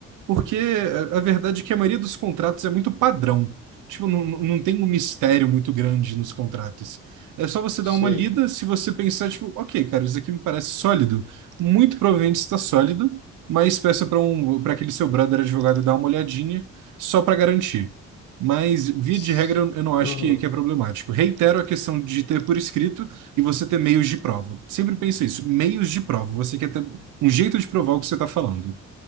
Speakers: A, on the right (about 85°); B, on the left (about 50°).
A: porque a a verdade é que a maioria dos contratos é muito padrão. Tipo, não, não não tem um mistério muito grande nos contratos. É só você
B: sei.
A: dar uma lida, se você pensar, tipo, ok, cara, isso aqui me parece sólido. Muito provavelmente está sólido, mas peça para um, para aquele seu brother advogado dar uma olhadinha só para garantir. Mas, via
B: S-
A: de regra, eu eu não acho
B: Aham,
A: que, que é problemático. Reitero a questão de ter por escrito e você ter meios de prova. Sempre pensa isso, meios de prova. Você quer ter um jeito de provar o que você está falando.